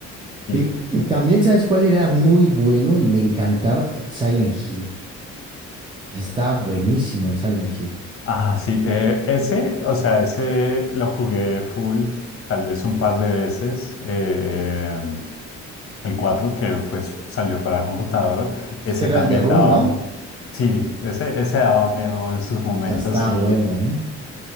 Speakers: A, on the right; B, on the left.
A: Y
B: Sí,
A: también, ¿sabes cuál era muy bueno y me encantaba? El Silent Hill. Estaba buenísimo el Silent Hill.
B: Ah, sí, eh, ese, o sea, ese lo jugué full, tal vez un par de veces. eh, el 4 que pues salió para computador, ese
A: Es que era
B: también
A: el de Room,
B: daba,
A: ¿no?
B: un- sí, ese, ese daba miedo en sus momentos
A: Ya Estaba
B: y
A: bueno, ¿eh?